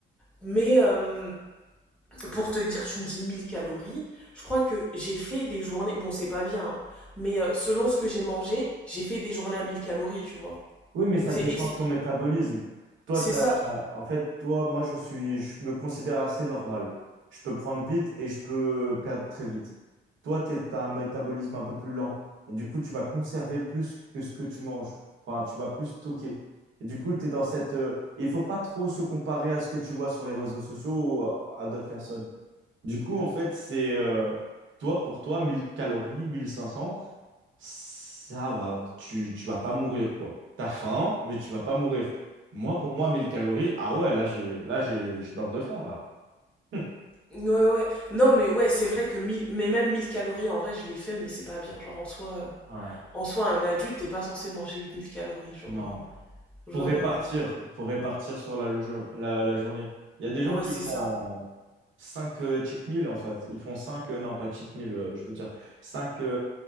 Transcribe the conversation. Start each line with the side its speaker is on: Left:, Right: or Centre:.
Centre: Mais euh, pour te dire, tu me dis 1000 calories. Je crois que j'ai fait des journées. Bon, c'est pas bien. hein, mais euh, selon ce que j'ai mangé, j'ai fait des journées à 1000 calories, tu vois.
Right: Oui, mais ça
Centre: C'est,
Right: dépend
Centre: et c'est,
Right: de ton métabolisme. Toi,
Centre: c'est
Right: t'as-
Centre: ça.
Right: euh, en fait, toi, moi, je suis, je me considère assez normal. Je peux prendre vite et je peux perdre très vite. Toi, tu as un métabolisme un peu plus lent. Et du coup, tu vas conserver plus que ce que tu manges. Enfin, tu vas plus stocker. Et du coup, tu es dans cette... euh, et il faut pas trop se comparer à ce que tu vois sur les réseaux sociaux ou à, à d'autres personnes. Du coup, en fait, c'est euh, toi, pour toi, 1000 calories, 1500, ça va, tu, tu vas pas mourir, quoi. T'as faim, mais tu vas pas mourir. Moi, pour moi, 1000 calories, ah ouais, là, j'ai, là, j'ai, je meurs de faim, là. <laughs>
Centre: Ouais, ouais. Non, mais ouais, c'est vrai que mille Mais même 1000 calories, en vrai, je l'ai fait, mais c'est pas bien. Genre, en soi. euh,
Right: Ouais.
Centre: En soi, un adulte, t'es pas censé manger 1000 calories, genre...
Right: Non.
Centre: euh, Genre,
Right: Faut répartir,
Centre: euh,
Right: faut répartir sur la, le jour- la, la journée. Il y a des
Centre: ouais,
Right: gens qui
Centre: c'est
Right: font
Centre: ça.
Right: 5 euh, cheat meals en fait. Ils font 5, euh, non pas cheat meals, euh, je veux dire 5